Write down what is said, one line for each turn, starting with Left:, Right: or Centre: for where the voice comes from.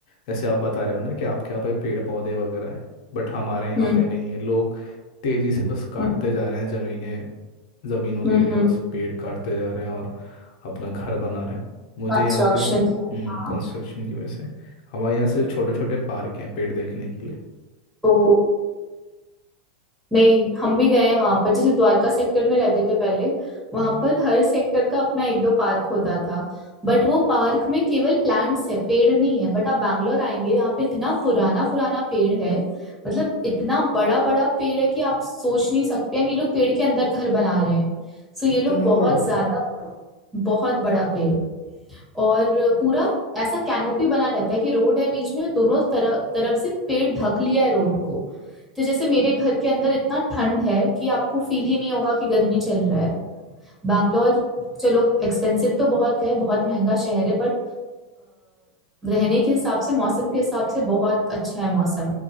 Left: जैसे आप बता रहे हो ना कि आपके यहाँ पे पेड़ पौधे वगैरह हैं बट हमारे यहाँ
Centre: हम्म
Left: पे नहीं है लोग तेजी से बस काटते
Centre: हम्म
Left: जा रहे हैं जमीनें जमीनों के
Centre: हम्म
Left: लिए बस पेड़ काटते जा रहे हैं और अपना घर बना रहे हैं मुझे
Centre: कंस्ट्रक्शन
Left: यहाँ पे हम्म
Centre: हाँ
Left: कंस्ट्रक्शन की वजह से हमारे यहाँ सिर्फ छोटे छोटे पार्क हैं पेड़ देखने के लिए
Centre: तो नहीं हम भी गए हैं वहां पर जैसे द्वारका सेक्टर में रहते थे पहले वहां
Left: हम्म,
Centre: पर हर सेक्टर का अपना एक दो पार्क होता था बट वो पार्क में केवल प्लांट्स है पेड़ नहीं है बट आप बैंगलोर आएंगे यहाँ पे इतना पुराना पुराना पेड़ है मतलब इतना बड़ा बड़ा पेड़ है कि आप सोच नहीं सकते हैं ये लोग पेड़ के अंदर घर बना रहे हैं सो ये
Left: इतना
Centre: लोग बहुत
Left: बड़ा
Centre: ज्यादा
Left: पेड़
Centre: बहुत बड़ा पेड़ और पूरा ऐसा कैनोपी बना रहता है कि रोड है बीच में दोनों तरफ तरफ से पेड़ ढक लिया है रोड को तो जैसे मेरे घर के अंदर इतना ठंड है कि आपको फील ही नहीं होगा कि गर्मी चल रहा है
Left: अच्छा
Centre: बैंगलोर चलो एक्सपेंसिव तो बहुत है बहुत महंगा शहर है बट रहने के हिसाब से मौसम के हिसाब से बहुत अच्छा है मौसम